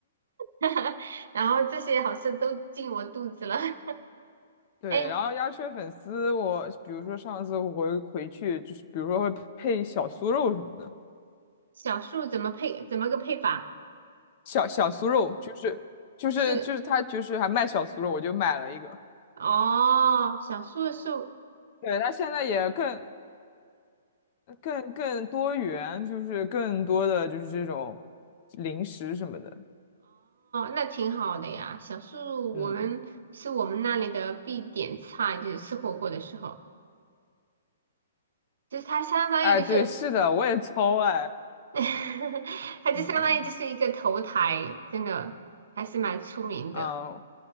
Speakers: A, on the right; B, on the left.
A: <laughs> 然后这些好吃都进我肚子了。<laughs>
B: 对，
A: 哎，
B: 然后鸭血粉丝我，比如说上次我回回去，就是比如说会配小酥肉什么的，
A: 小树怎么配？怎么个配法？
B: 小小酥肉就是就是就是他就是还卖小酥肉，
A: 是。
B: 我就买了一个。
A: 哦，小树是哦，
B: 对，他现在也更呃更更多元，就是更多的就是这种零食什么的。
A: 那挺好的呀。小树我们是我们那里的必点菜，
B: 嗯，
A: 就是吃火锅的时候，就是它相当于就是，
B: 哎，对，是的，我也超爱。
A: <laughs> 它就相当于就是一个头台，
B: 嗯嗯
A: 真的还是蛮出名的。
B: 嗯，